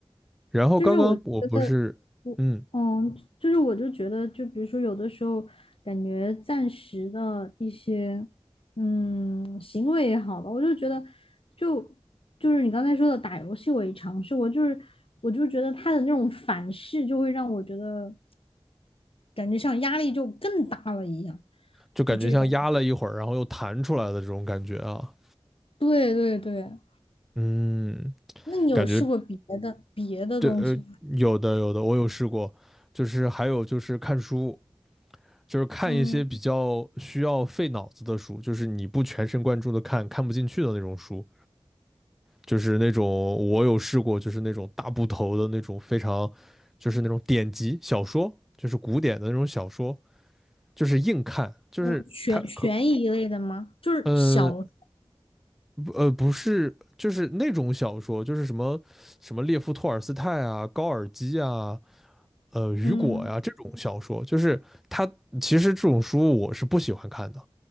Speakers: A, in the centre; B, on the left.
A: 然后刚刚我不是嗯，
B: 就是我觉得，我嗯，就是我就觉得，就比如说有的时候感觉暂时的一些嗯行为也好吧，我就觉得就就是你刚才说的打游戏，我也尝试过，就是我就觉得他的那种反噬就会让我觉得感觉像压力就更大了一样，
A: 就感觉像压了一会儿，
B: 就这种。
A: 然后又弹出来的这种感觉啊。
B: 对对对，
A: 嗯，
B: 那你有试过别的别的东西吗？
A: 感觉这呃有的有的，我有试过，就是还有就是看书，就是看一些比较需要费脑子的书，
B: 嗯，
A: 就是你不全神贯注的看，看不进去的那种书，就是那种我有试过，就是那种大部头的那种非常，就是那种典籍小说，就是古典的那种小说，就是硬看，就是它可
B: 嗯，悬悬疑类的吗？就是小
A: 呃不呃不是，就是那种小说，就是什么什么列夫·托尔斯泰啊、高尔基啊。呃雨果呀这种小说，
B: 嗯，
A: 就是他其实这种书我是不喜欢看的。